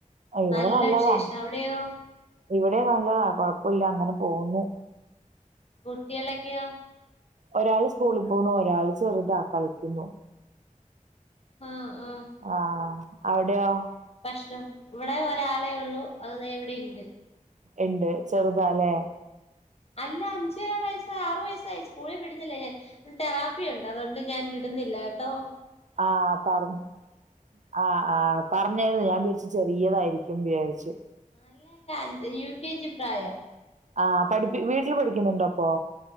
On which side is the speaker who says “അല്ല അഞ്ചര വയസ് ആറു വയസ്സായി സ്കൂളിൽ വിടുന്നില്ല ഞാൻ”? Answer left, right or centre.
Left